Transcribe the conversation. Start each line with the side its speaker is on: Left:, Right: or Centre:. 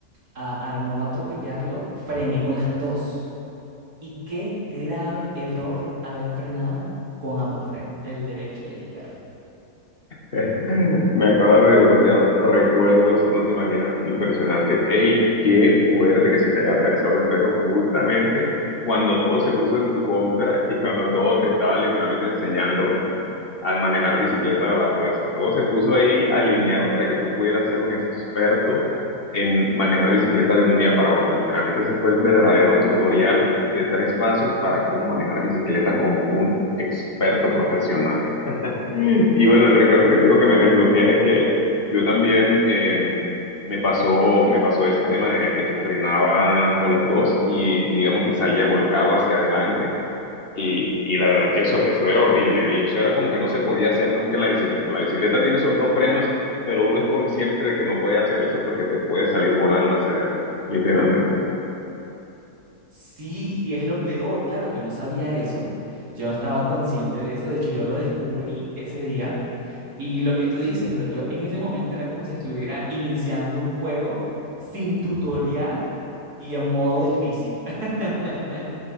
Right: a, a no atropellarlo, frené con las dos. Y qué grave error haber frenado con ambos frenos, el derecho y el izquierdo.
Left: <laughs> Me acabas de desbloquear recuerdos, no te imaginas, impresionante. ¡Ey, qué fuerte que se te haya atravesado el perro justamente cuando todo se puso en tu contra y cuando todo te estaba literalmente enseñando al manejar bicicleta a la fuerza. Todo se puso ahí alineado para que tú pudieras ser un experto en manejar bicicleta de un día para otro. Literalmente ese fue el verdadero tutorial de tres pasos para cómo manejar bicicleta como un experto profesional. Y bueno, el recuerdo que te digo que me desbloquea es que yo también eh, me pasó, me pasó ese tema de, de que frenaba con los dos y digamos que salía volcado hacia adelante y, y la verdad es que eso, eso era horrible y eso era como que no se podía hacer nunca en la bicicleta. La bicicleta tiene esos dos frenos, pero uno es consciente de que no puede hacer eso porque te puede salir volando hacia adelante, literalmente.
Right: Sí, y es lo peor, claro, yo no sabía eso, yo no estaba consciente de eso, de hecho yo lo descubrí ese día Y lo que tú dices, o sea, yo en ese momento era como si estuviera iniciando un juego sin tutorial y en modo difícil. <laughs>